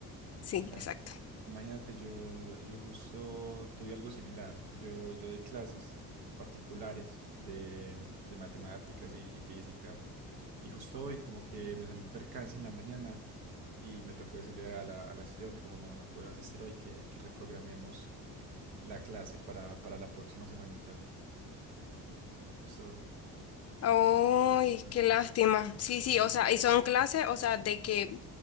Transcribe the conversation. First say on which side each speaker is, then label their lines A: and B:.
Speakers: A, on the left; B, on the right.
A: Sí,
B: Ya.
A: exacto.
B: Imagínate, yo, yo justo tuve algo similar. Yo, yo doy clases particulares de, de matemáticas y, y física. Y justo hoy como que me salió un percance en la mañana y me tocó decirle a la, a la estudiante como no, no puedo asistir hoy, que, que reprogramemos la clase para, para la próxima semanita. Justo,
A: Ay,
B: Ajá, por eso eso.
A: qué lástima. Sí,
B: sí.
A: sí, o sea, y son clases, o sea, de que